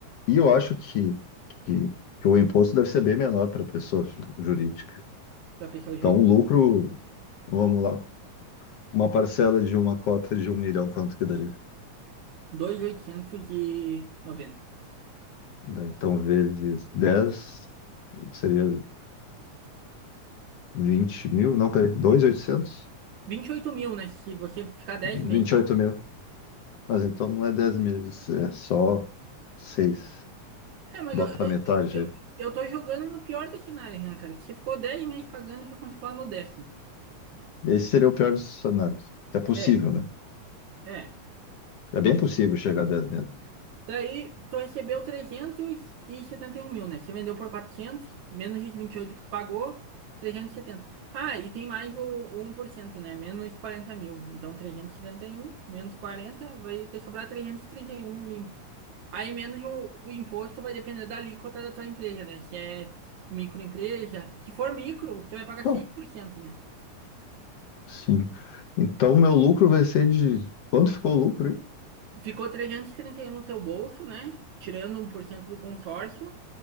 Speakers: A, on the left; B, on the right.
A: e eu acho que, que, que o imposto deve ser bem menor para pessoa ju- jurídica.
B: pra pessoa
A: Então,
B: jurídica.
A: o lucro, vamos lá, uma parcela de uma cota de um milhão, quanto que daria?
B: dois mil oitocentos e noventa
A: Daí, Então, vezes 10 seria 20 mil, não, peraí, dois mil e oitocentos?
B: 28 mil, né? Se você ficar 10
A: vinte
B: meses.
A: e oito mil. Mas então não é 10 meses, é só seis
B: É, mas
A: Bota
B: eu, eu,
A: a metade
B: eu,
A: aí.
B: eu tô jogando no pior dos cenários, né, cara? Que você ficou 10 meses pagando e foi contemplado no décimo.
A: Esse seria o pior dos cenários. É possível,
B: É,
A: né?
B: é.
A: É bem possível chegar a 10 meses.
B: Daí, tu recebeu trezentos e e setenta e um mil, né? Você vendeu por 400 menos os 28 que tu pagou, trezentos e setenta Ah, e tem mais o, o um por cento né? Menos 40 mil. Então, 371 menos 40 vai te sobrar trezentos e e trinta e um limpo. Aí, menos o, o imposto vai depender da alíquota da tua empresa, né? Se é microempresa. Se for micro, você vai pagar
A: Então,
B: seis por cento né?
A: sim. Então, meu lucro vai ser de... Quanto ficou o lucro?
B: Ficou trezentos e e trinta e um no teu bolso, né? Tirando um por cento do consórcio.